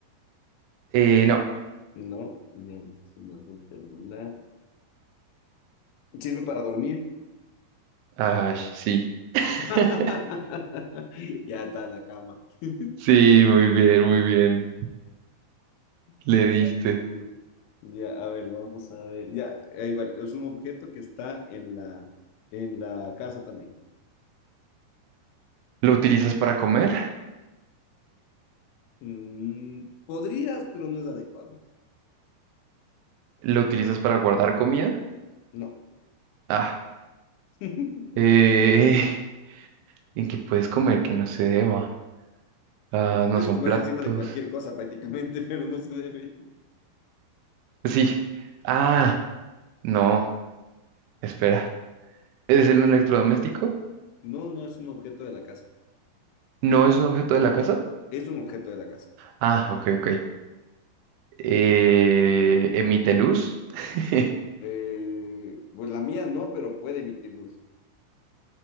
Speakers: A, on the right (about 85°); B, on the left (about 90°).
A: Eh, no.
B: No, bien, no es un celular. ¿Sirve para dormir?
A: Ah, sí. <laughs>
B: <laughs> Ya está la cama. <laughs>
A: Sí, muy bien, muy bien. Le
B: Qué
A: diste.
B: atrevido. Ya, a ver, vamos a ver. Ya, ahí vale. Es un objeto que está en la, en la casa también.
A: ¿Lo utilizas para comer?
B: Mm, podrías, pero no es adecuado.
A: ¿Lo utilizas para guardar comida?
B: No.
A: Ah,
B: <laughs>
A: eh, <laughs> en que puedes comer que no se deba. Ah,
B: Se Puedes
A: no son
B: comer
A: platos.
B: encima de cualquier cosa prácticamente, <laughs> pero no se debe.
A: Sí. Ah, no. Espera. ¿Es el electrodoméstico?
B: No, no es un objeto de la casa.
A: ¿No es un objeto de la casa?
B: Es un objeto de la casa.
A: Ah, ok, ok. Eh, ¿emite luz? <laughs>
B: Eh, pues la mía no, pero puede emitir luz.